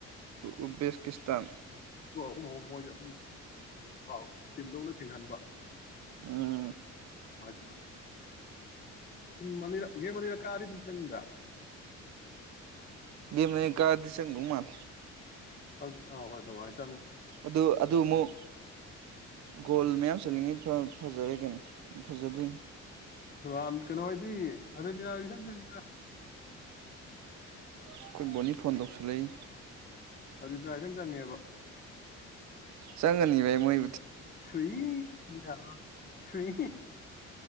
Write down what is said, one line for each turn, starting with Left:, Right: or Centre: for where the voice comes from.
Right: ꯎꯕꯕꯦꯀꯤꯁꯇꯥꯟ
Left: ꯎ ꯃꯣꯏꯁꯨ ꯑꯗꯨ ꯇꯤꯝꯗꯧ ꯂꯣꯏ ꯊꯤꯡꯍꯟꯕ
Right: ꯎꯝ
Left: ꯃꯅ ꯃꯅꯤꯔꯛ ꯒꯦꯝ ꯃꯅꯤꯔꯛ ꯀꯥꯔꯤꯗꯨꯝ ꯅꯪꯗ
Right: ꯦꯝꯅ ꯀꯥꯪ ꯎ ꯃꯥꯜ
Left: ꯑ ꯑ ꯍꯣꯏ ꯑꯗꯨꯏ
Right: ꯑꯗꯨ ꯑꯗꯨ ꯑꯃꯨꯛ ꯒꯣꯜ ꯃꯌꯥꯝ ꯆꯅꯤꯡꯉꯤ ꯐꯖꯔꯒꯅꯤ ꯐꯖꯗ
Left: ꯔꯝ ꯀꯩꯅꯣ ꯍꯥꯏꯗꯤ ꯑꯗꯨꯗꯤ ꯏꯁꯪ ꯆꯪꯒꯗ꯭ꯔ
Right: ꯑꯩꯈꯣꯏ ꯕꯣꯅꯤ ꯐꯣꯟ ꯇꯧꯁꯤꯜꯂꯛꯏ
Left: ꯑꯗꯨꯗꯥꯏꯇꯪ ꯆꯪꯉꯦꯕ
Right: ꯆꯒ ꯅꯚ ꯃꯣꯏ
Left: ꯁꯏꯔ ꯁꯏ